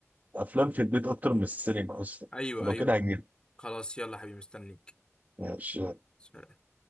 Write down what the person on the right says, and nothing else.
الأفلام في البيت أكتر من السينما أصلا
فلو
كده هجيلك
ماشي